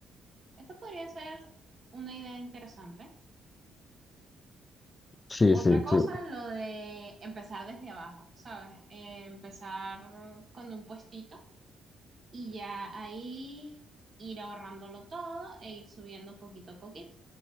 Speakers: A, on the right; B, on the left.
A: Esa podría ser una idea interesante.
B: Sí,
A: Otra
B: sí,
A: cosa,
B: sí.
A: lo de empezar desde abajo, ¿sabes? Eh, empezar con un puestito y ya ahí ir ahorrándolo todo e ir subiendo poquito a poquito.